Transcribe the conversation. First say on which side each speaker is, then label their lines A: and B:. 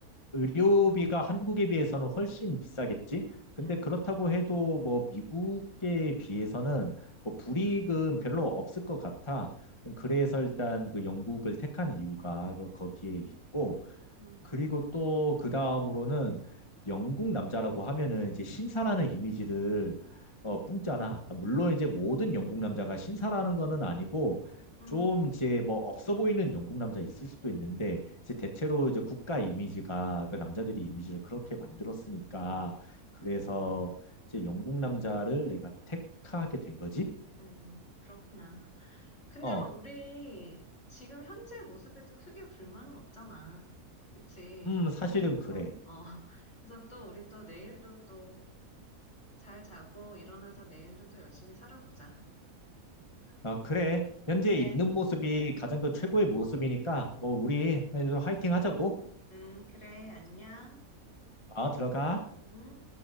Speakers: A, on the left (about 20°); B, on the left (about 50°).
A: 의료비가 한국에 비해서는 훨씬 비싸겠지? 근데
B: 응,
A: 그렇다고 해도 뭐 미국에 비해서는 뭐 불이익은
B: 음,
A: 별로 없을 것 같아. 그래서 일단 그 영국을 택한 이유가 그 거기에 있고
B: 응, 응,
A: 그리고 또 그 다음으로는 영국 남자라고 하면은 이제 신사라는 이미지를 어, 뿜잖아.
B: 응,
A: 물론 이제 모든 영국 남자가 신사라는 거는 아니고
B: 응, 응,
A: 좀 이제 뭐 없어 보이는 영국 남자 있을 수도 있는데 이제 대체로 이제 국가 이미지가 그 남자들이 이미지를 그렇게 만들었으니까 그래서
B: 응.
A: 이제 영국 남자를 내가 택하게 된 거지?
B: 응. 그렇구나. 근데
A: 어,
B: 뭐 우리 지금 현재 모습에도 크게 불만은 없잖아. 그치?
A: 음, 사실은 그래.
B: 어, 어, 그래서 또 우리 또 내일도 또 잘 자고 일어나서 내일도 또 열심히 살아보자.
A: 어, 그래.
B: 음.
A: 현재
B: 그래.
A: 있는 모습이 가장 그 최고의 모습이니까, 뭐, 우리
B: 응,
A: 화이팅 하자고.
B: 응, 그래, 안녕.
A: 어,
B: 응,
A: 들어가.
B: 응.